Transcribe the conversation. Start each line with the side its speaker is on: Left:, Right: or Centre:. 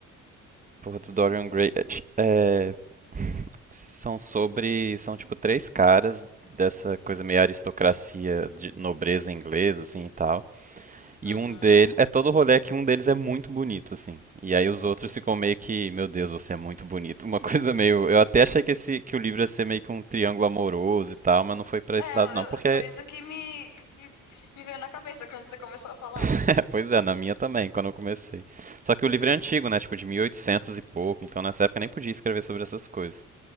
Right: Porra, do Dorian Gray. É, são sobre... São, tipo, três caras dessa coisa meio aristocracia de nobreza inglesa, assim, e tal. E
Left: Uhum.
Right: um deles. É todo rolê que um deles é muito bonito, assim. E aí os outros ficam meio que. Meu Deus, você é muito bonito. <laughs> Uma coisa meio. Eu até achei que, esse... que o livro ia ser meio que um triângulo amoroso e tal, mas não foi pra
Left: É,
Right: esse lado,
Left: eu-
Right: não. Porque.
Left: eu- foi isso que me, que me veio na cabeça quando você começou a falar.
Right: <laughs> Pois é, na minha também, quando eu comecei. Só que o livro é antigo, né? Tipo, de 1800 e oitocentos e pouco. Então nessa época eu nem podia escrever sobre essas coisas.